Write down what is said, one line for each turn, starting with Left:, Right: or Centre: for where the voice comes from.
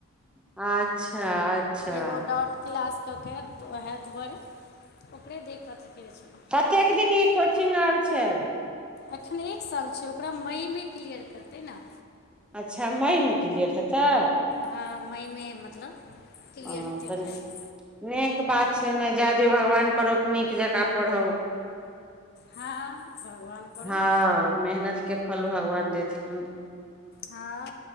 Centre: अच्छा अच्छा
Left: एगो डॉट क्लास कऽ के आएत ओहि दुआरे ओकरे देखकऽ अथी करैत छलहुँ।
Centre: कएक दिन ई कोचिंग आर छै।
Left: एखन एक साल छै ओकरा मईमे क्लियर करतै नऽ।
Centre: अच्छा मईमे क्लियर हेतै।
Left: हँ मईमे मतलब क्लियर
Centre: हँ
Left: हेतै एखन
Centre: तनि निक बात छै नऽ जादे भगवान करौक नीक जकाँ पढ़ौ।
Left: हँ भगवान करू
Centre: हाॅं मेहनत कऽ फल भगवान देथिन।
Left: हँ